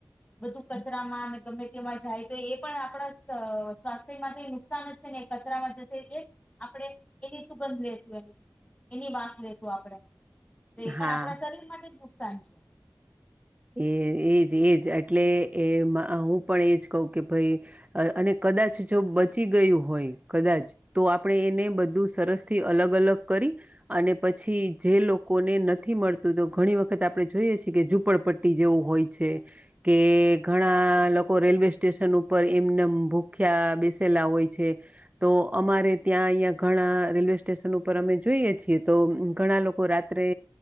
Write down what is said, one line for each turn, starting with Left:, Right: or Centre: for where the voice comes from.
Left: બધું કચરામાં અને ગમે તેવા જાય તો એ પણ આપણા સ્વાસ્થ્ય માટે નુકસાન જ છે ને કચરામાં જશે એ આપણે એની સુગંધ લશું એની વાસ લેેશું આપડે તો એ
Right: હા
Left: પણ આપણા શરીર માટે જ નુકસાન છે
Right: એ એ જ એ જ એટલે એ હું પણ એ જ કહું કે ભાઈ અ અને કદાચ જો બચી ગયું હોય કદાચ તો આપણે એને બધું સરસ થી અલગ અલગ કરી અને પછી જે લોકોને નથી મળતું તો ઘણી વખત આપડે જોઈએ છીએ કે ઝુંપડપટ્ટી ટી જેવું હોય છે કે ઘણા
Left: સાચી વાત સાચી
Right: લોક રેલવે સ્ટેશન ઉપર એમનમ ભૂખ્યા બેસેલા હોય છે તો અમારે ત્યાં અહીંયા ઘણા રેલવેસ્ટેશન ઉપર અમે જોઈએ છીએ તો ઘણા લોકો રાત ત્રે